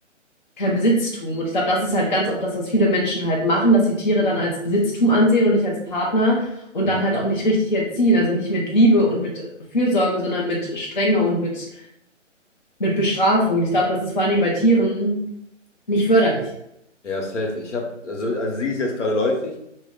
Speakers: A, on the left; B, on the left.
A: kein Besitztum. Und ich glaube, das ist halt ganz oft das, was viele Menschen halt machen, dass sie Tiere dann als Besitztum ansehen und nicht als Partner und
B: Hm.
A: dann halt auch nicht richtig erziehen. Also nicht mit Liebe und mit Fürsorge, sondern mit Strenge und mit, mit Bestrafung. Und ich glaube, das ist vor allen Dingen bei Tieren nicht förderlich.
B: Ja, safe. Ich habe, also, also sie ist jetzt gerade läufig.